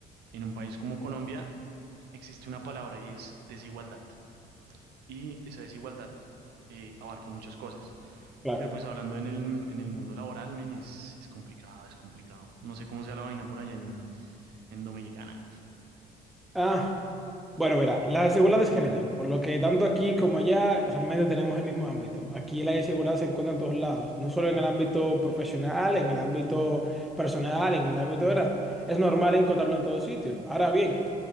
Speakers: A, on the right; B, in the centre.
A: en un país como Colombia, existe una palabra y es desigualdad. Y esa desigualdad eh, abarca muchas cosas.
B: Claro.
A: Pero pues hablando en el, en el mundo laboral, men, es, es complicado, es complicado. No sé cómo sea la vaina por allá en, en Dominicana.
B: Ah, Bueno, mira, la desigualdad es general, por lo que tanto aquí como allá realmente tenemos el mismo ámbito. Aquí la desigualdad se encuentra en todos lados, no solo en el ámbito profesional, en el ámbito personal, en el ámbito, ¿verdad? Es normal encontrarlo en todos sitios. Ahora bien,